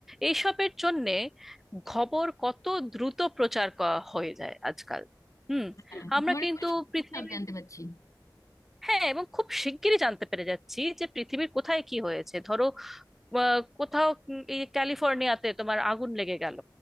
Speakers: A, in the centre; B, on the left.
A: এইসবের জন্যে খবর কত দ্রুত প্রচার করা হয়ে যায় আজকাল হুম
B: হ্যাঁ
A: আমরা
B: ঘরে
A: কিন্তু
B: ঘরে
A: পৃথিবী
B: সব জানতে পারছি
A: হ্যাঁ এবং খুব শিগগিরই জানতে পেরে যাচ্ছি যে পৃথিবীর কোথায় কি হয়েছে ধরো বা কোথাও উম এই ক্যালিফোর্নিয়াতে তোমার আগুন লেগে গেল